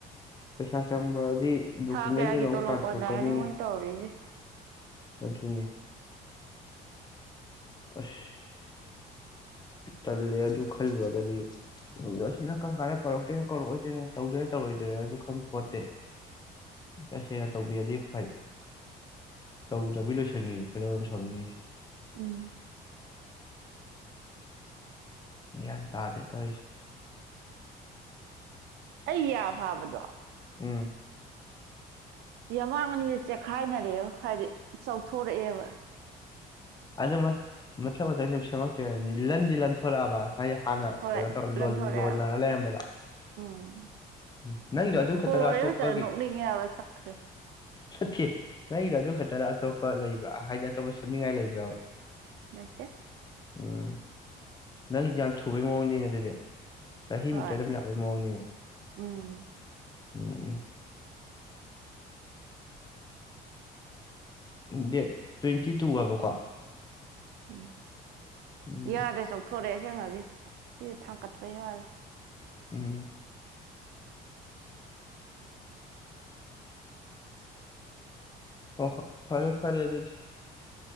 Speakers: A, on the left (about 25°); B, on the right (about 80°).
A: ꯄꯩꯁꯥ ꯆꯪꯕ ꯁꯤ ꯗꯣꯀꯨꯃꯦꯟꯁꯤꯡ
B: ꯊꯥ ꯀꯌꯥꯒꯤ
A: ꯑꯃꯨꯛ
B: ꯇꯣꯂꯣꯞ
A: ꯇꯥꯟꯊꯣꯛꯀꯅꯤ
B: ꯀꯣꯟꯅꯔꯅꯤ ꯃꯣꯏꯅ ꯇꯧꯔꯤꯁꯦ
A: ꯑꯗꯨꯅꯤ ꯑꯁ ꯇꯜꯂꯦ ꯑꯗꯨ ꯈꯜꯂꯨꯔꯒꯗꯤ ꯑꯁꯤꯅ ꯀꯝ ꯀꯥꯏꯗ ꯀꯧꯔꯛꯇꯣꯏꯅꯣ ꯀꯧꯔꯛꯑꯣꯏꯗꯣꯏꯅꯣ ꯇꯧꯗꯣꯏ ꯇꯧꯔꯣꯏꯗ꯭ꯔꯔꯁꯨ ꯈꯪꯕ ꯄꯣꯠꯇꯦ ꯇꯁꯦꯡꯅ ꯇꯧꯕꯤꯔꯗꯤ ꯐꯩ ꯇꯧꯗꯕꯤ ꯂꯣꯏꯁꯪꯉꯤ ꯑꯩꯈꯣꯏ ꯂꯧꯧ ꯑꯃ ꯁꯥꯎꯅꯤꯡꯔꯤꯁꯦ
B: ꯎꯝ
A: ꯌꯥꯟ ꯇꯗꯦ ꯇ
B: ꯑꯩ ꯌꯥ ꯐꯥꯕꯗꯣ
A: ꯎꯝ
B: ꯌꯥꯃꯥꯡ ꯑꯅꯤꯁꯦ ꯆꯦꯛꯈꯥꯏꯅꯔꯦꯕ ꯍꯥꯏꯗꯤ ꯆꯥꯎꯊꯣꯔꯛꯑꯦꯕ
A: ꯑꯗꯨ ꯃꯊꯪ ꯃꯊꯪ ꯁꯨꯝ ꯁꯦꯝꯃꯛꯇꯦꯕꯅꯤ ꯂꯟꯗꯤ ꯂꯟꯊꯣꯔꯛꯑꯕ ꯑꯩ ꯍꯥꯟꯅ
B: ꯍꯣꯏ
A: ꯀꯩꯅꯣ ꯇꯧꯔ
B: ꯂꯟꯊꯣꯔꯛꯑꯦꯕ
A: ꯌꯣꯟꯅꯔ ꯂꯩꯔꯝꯕꯗꯣ
B: ꯎꯝ
A: ꯎ ꯅꯪꯗꯣ ꯑꯗꯨ ꯈꯛꯇꯔ
B: ꯍꯣꯔꯦ
A: ꯑꯇꯣꯞꯄꯒꯤ
B: ꯐꯖꯅ ꯅꯣꯛꯅꯤꯡꯉꯦꯕ ꯁꯛꯁꯦ
A: ꯆꯠꯇꯦ ꯅꯪꯗꯣ ꯑꯗꯨ ꯈꯛꯇꯅ ꯑꯇꯣꯞꯄ ꯂꯩꯕ꯭ꯔꯥ ꯍꯥꯏꯗꯤ ꯑꯇꯣꯞꯄ ꯁꯦꯝꯅꯤꯡꯉꯥꯏ ꯂꯩꯕ꯭ꯔꯥꯕ
B: ꯥꯏꯠꯇꯦ
A: ꯎꯝ ꯅꯪꯗꯤ ꯌꯥꯝ ꯊꯨꯕꯩ ꯃꯑꯣꯡꯅꯤꯅꯦ ꯑꯗꯨꯗꯤ ꯆꯍꯤꯃꯨꯛꯇ
B: ꯍꯣꯏ
A: ꯑꯗꯨꯝ ꯌꯥꯕꯩ ꯃꯑꯣꯡꯅꯤꯅꯦ
B: ꯎꯝ
A: ꯎꯝ ꯗꯦꯠ ꯇ꯭ꯋꯦꯟꯇꯤ ꯇꯨꯑꯕꯀꯣ
B: ꯎꯝ
A: ꯎꯝ
B: ꯌꯥꯗ꯭ꯔꯦ ꯆꯧꯊꯣꯔꯛꯑꯦ ꯁꯦꯡꯉꯒꯦ ꯁꯤ ꯊꯥꯡꯒꯠꯄ ꯌꯥꯣꯔ
A: ꯎꯝ ꯑꯣ ꯍ ꯐꯔꯦ ꯐꯔꯦ ꯑꯗꯨ ꯑꯗꯨ